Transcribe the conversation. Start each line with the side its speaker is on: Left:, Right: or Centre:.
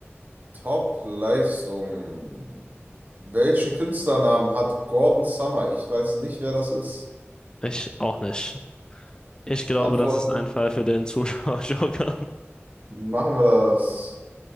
Right: Top-Leistung. Welchen Künstlernamen hat Gordon Summer? Ich weiß nicht, wer das ist.
Left: Ich auch nicht. Ich glaube,
Right: Antworten
Left: das ist ein Fall für den Zuschauer-Joker.
Right: machen wir das.